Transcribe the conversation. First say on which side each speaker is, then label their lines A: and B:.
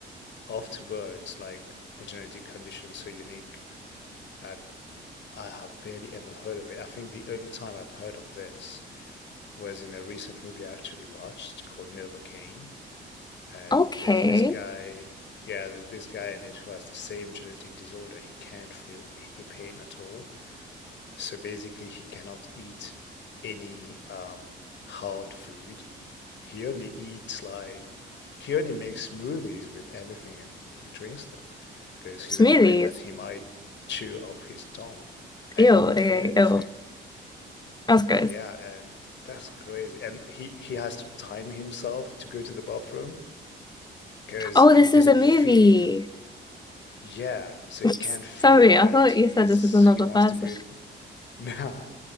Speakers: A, on the left (about 65°); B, on the left (about 20°).
A: afterwards, like a genetic condition so unique that I have barely ever heard of it. I think the only time I've heard of this was in a recent movie I actually watched called Novocaine, and
B: Okay.
A: there's this guy, yeah, this guy in it who has the same genetic disorder. He can't feel any pain at all. So basically, he cannot eat any um, hard food. He only eats like he only makes smoothies with everything and he drinks them because he's
B: Smoothies.
A: afraid that he might chew off his tongue and
B: Ew,
A: he won't
B: okay,
A: feel anything.
B: ew. That's gross.
A: Yeah, and that's crazy. And he he has to time himself to go to the bathroom because
B: Oh,
A: he
B: this
A: doesn't
B: is a movie.
A: feel Yeah, so
B: <laughs>
A: he can't feel
B: Sorry,
A: that
B: I thought you
A: he's
B: said this is another
A: he wants
B: person.
A: to go <laughs> now,